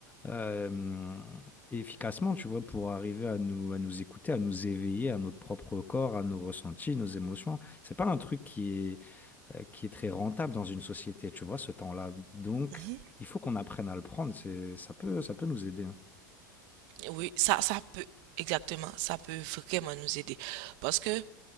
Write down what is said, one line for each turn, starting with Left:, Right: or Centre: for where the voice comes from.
Left: euh, efficacement, tu vois, pour arriver à nous, à nous écouter, à nous éveiller à notre propre corps, à nos ressentis, nos émotions. C'est pas un truc qui euh, qui est très rentable dans une société, tu vois, ce temps-là. Donc,
Right: Mhm.
Left: il faut qu'on apprenne à le prendre. C'est, ça peut, ça peut nous aider. hein.
Right: Oui, ça, ça peut, exactement, ça peut vraiment nous aider, parce que